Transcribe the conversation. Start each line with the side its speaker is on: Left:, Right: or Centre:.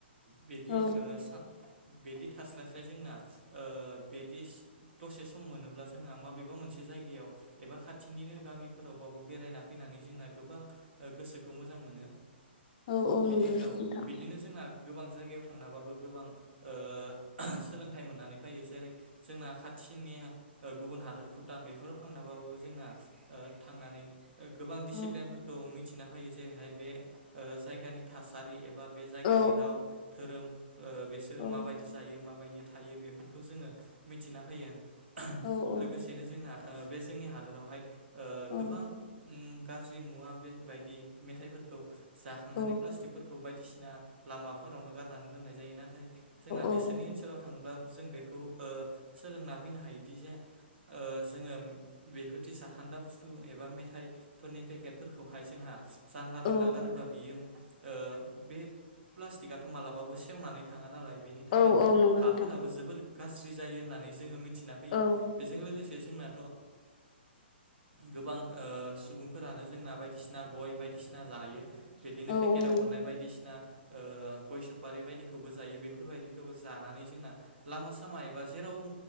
Right: बेदि
Left: औ
Right: ओ बेदि थास्लायस्लाय जोंना। ओ बेदिस दसे स बबेबा मोनसे जायगायाव एबा खाथिनिनो गामिफोराव बाबो बेरायना फैनानै जोंना गोबां ओ गोसोखौ मोजां मोनो
Left: औ औ
Right: बिदिनो
Left: नंगौ
Right: औ
Left: नोंथां
Right: बिदिनो जोंना गोबां जायगायाव थांनाबाबो गोबां ओ सोलोंथाइ मोननानै फैयो जेरै जोंना खाथिनि ओ गुबुन हादर भुटान बेफोराव थांनाबाबो जोंना ओ थांनानै ओ गोबां डिसिप्लेनफोरखौ
Left: औ
Right: मि थिना फैयो जेरैहाय बे ओ जायगानि थासारि एबा बे जायगानि
Left: औ
Right: राव धोरोम ओ बिसोरो
Left: औ
Right: माबायदि जायो माबायदि थायो बेफोरखौ जोङो मिथिना फैयो
Left: औ
Right: लोगोसेनो
Left: औ
Right: जोंना ओ बे जोंनि हादोरावहाय ओ
Left: औ
Right: गोबां ओम गाज्रि मुवा बे बायदि मेथाइफोरखौ जाखांनानै
Left: औ
Right: प्लास्टिकफोरखौ बायदिसिना लामाफोरावनो गारनानै दोननाय जायोना नाथाय जोंना बिसोरनि
Left: औ
Right: ओनसोलाव थांब्ला जों बेखौ ओ सोलोंना फैनो हायो दि जे ओ जोङो बेफोरदि जाखान्दा बुस्थु एबा मेथाइफोरनि पेकेटफोरखौहाय जोंहा जानला मोनला
Left: औ
Right: गारोबा बियो ओ बे प्लास्टिकआथ मालाबाबो सेवनानै थाङा नालाय बेनि थाखायनो
Left: औ औ नंगौ
Right: हाफोराबो
Left: नोंथां
Right: जोबोर गाज्रि जायो होननानै जोङो मिथि होयो
Left: औ
Right: बेजों लोगोसे जोंना थ ओ गोबां ओ सुबुंफोरानो जोंना बायदिसिना गय बायदिसिना जायो। बिदिनो
Left: औ
Right: पेकेटाव
Left: औ नंगौ
Right: मोननाय बायदिसिना ओ गय सुफारि बायदिखौबो जायो बेफोरबायदिखौबो जानानै जोंना लामा सामा एबा जेराव ओ